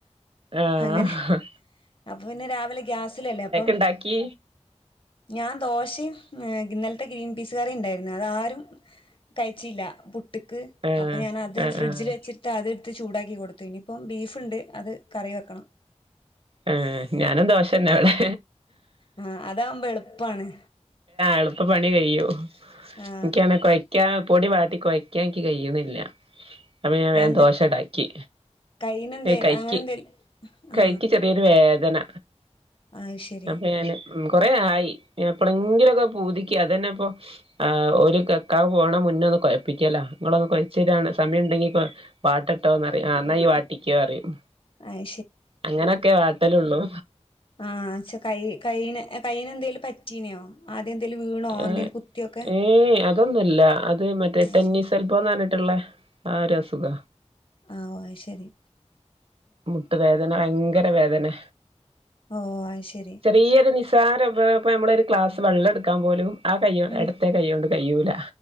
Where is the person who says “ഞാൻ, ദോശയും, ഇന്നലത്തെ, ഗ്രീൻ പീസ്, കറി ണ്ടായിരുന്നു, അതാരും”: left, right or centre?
Left